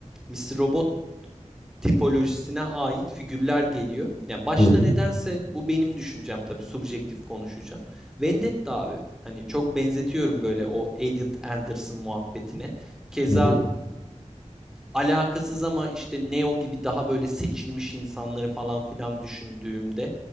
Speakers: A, in the centre; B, on the left.
A: Mister Robot tipolojisine ait figürler geliyor. Ya başta
B: Hı hı.
A: nedense bu benim düşüncem tabii subjektif konuşacağım. Vendetta abi. Hani çok benzetiyorum böyle o Elliot Anderson muhabbetine. Keza
B: Hı hı.
A: alakasız ama işte Neo gibi daha böyle seçilmiş insanları falan filan düşündüğümde